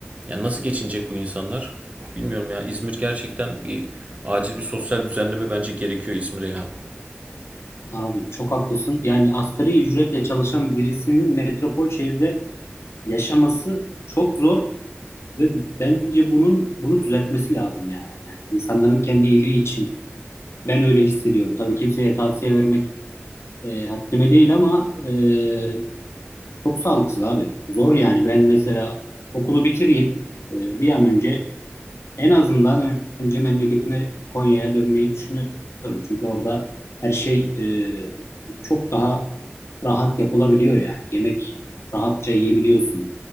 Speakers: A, on the right; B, on the left.
A: Yani nasıl geçinecek bu insanlar? Bilmiyorum ya. İzmir gerçekten bir acil bir sosyal düzenleme bence gerekiyor İzmir'e ya.
B: Abi çok haklısın. Yani asgari ücretle çalışan birisinin metropol şehirde yaşaması çok zor ve bence bunun bunu düzeltmesi lazım yani. Yani insanların kendi iyiliği için. Ben öyle hissediyorum. Tabii kimseye tavsiye vermek e, haddime değil ama e, çok sağlıksız abi. Zor yani. Ben mesela okulu bitireyim e, bir an önce en azından ön- önce memleketime Konya'ya dönmeyi düşünüyorum. Çünkü orada her şey e, çok daha rahat yapılabiliyor yani. Yemek rahatça yiyebiliyorsun.